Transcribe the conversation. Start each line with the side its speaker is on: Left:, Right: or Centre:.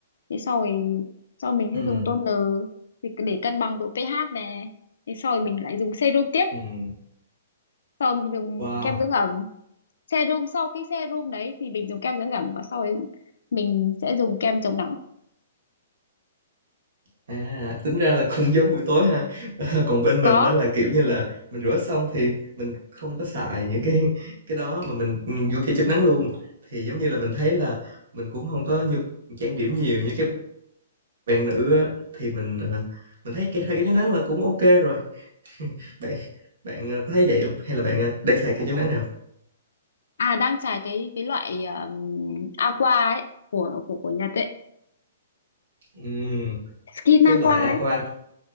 Left: thế sau rồi sau mình
Right: ừm,
Left: sẽ dùng toner thì cứ để cân bằng độ pH nè thế sau rồi mình lại dùng serum tiếp
Right: ừm,
Left: sau mình dùng
Right: wow,
Left: kem dưỡng ẩm serum sau cái serum đấy thì mình dùng kem dưỡng ẩm và sau ấy mình sẽ dùng kem chống nắng
Right: à, tính ra là cũng giống buổi tối ha. <laughs> còn bên
Left: có
Right: mình đó là, kiểu như là, mình rửa xong thì mình không có xài những cái cái đó mà mình, ừm, vô kem chụp nắng luôn. Thì giống như là mình thấy là mình cũng không có như trang điểm nhiều như cái bạn nữ á, thì mình, ờ, mình thấy cái hai cái chống nắng là cũng ok rồi. Bạn bạn, ờ, có thấy vậy không Hay là bạn, ờ, đang xài kem chống nắng nào?
Left: À đang xài cái cái loại um, aqua ấy của của của Nhật ấy,
Right: Ừm,
Left: skin
Right: cái
Left: aqua
Right: loại Aqua
Left: ấy.